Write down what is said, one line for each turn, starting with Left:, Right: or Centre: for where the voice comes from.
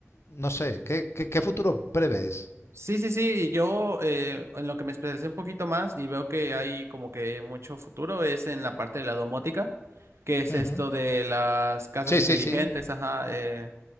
Left: no sé, ¿qué, qué, qué futuro prevés?
Right: Sí, sí, sí, yo eh, en lo que me especialicé un poquito más y veo que hay como que mucho futuro es en la parte de la domótica, que es
Left: Ujú.
Right: esto de las casas
Left: Sí,
Right: inteligentes,
Left: sí, sí.
Right: ajá, eh,